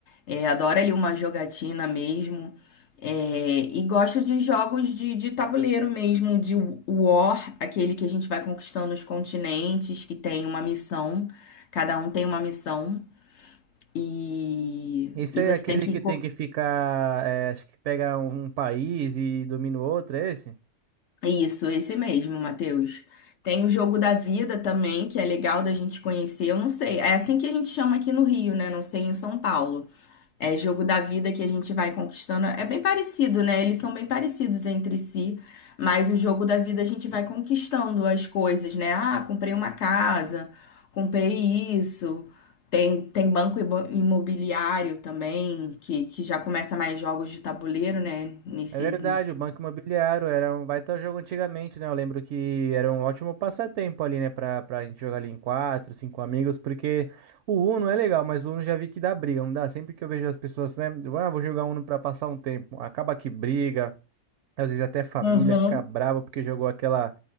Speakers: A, on the left; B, on the right.
A: É, adoro ali uma jogatina mesmo. É, e gosto de jogos de, de tabuleiro mesmo, de War, aquele que a gente vai conquistando os continentes, que tem uma missão, cada um tem uma missão, e,
B: Esse
A: e
B: aí
A: você
B: é aquele
A: tem que.
B: que tem que ficar, eh, acho que pega um um país e domina o outro, é esse?
A: Isso, esse mesmo, Matheus. Tem o Jogo da Vida também, que é legal da gente conhecer. Eu não sei, é assim que a gente chama aqui no Rio, né? Não sei em São Paulo. É Jogo da Vida que a gente vai conquistando. É bem parecido, né? Eles são bem parecidos entre si, mas o Jogo da Vida a gente vai conquistando as coisas, né? Ah, comprei uma casa, comprei isso. Tem, tem banco imo- imobiliário também, que, que já começa mais jogos de tabuleiro, né? Nesse,
B: É verdade,
A: nesse...
B: o Banco Imobiliário era um baita jogo antigamente, né? Eu lembro que era um ótimo passatempo ali, né? Pra, pra gente jogar ali em quatro, cinco amigos, porque o Uno é legal, mas o Uno já vi que dá briga, não dá? Sempre que eu vejo as pessoas, né? Ah, vou jogar Uno pra passar um tempo, acaba que briga, às vezes até família
A: Aham.
B: fica brava porque jogou aquela